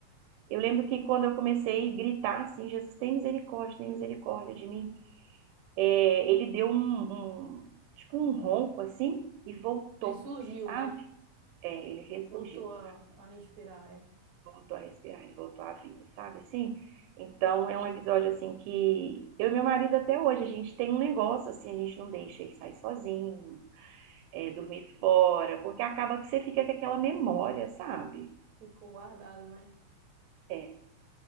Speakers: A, on the right (about 85°); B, on the right (about 60°).
A: Eu lembro que quando eu comecei a gritar assim, Jesus tem misericórdia, tem misericórdia de mim, é, ele deu um, um- tipo um ronco assim e voltou,
B: Ele surgiu,
A: sabe?
B: né?
A: É, ele ressurgiu.
B: Voltou a, a respirar, é.
A: voltou a respirar, ele voltou à vida, sabe assim? Então é um episódio assim que eu e meu marido até hoje, a gente tem um negócio assim, a gente não deixa ele sair sozinho, é, dormir fora, porque acaba que você fica com aquela memória, sabe?
B: Ficou guardado, né?
A: É,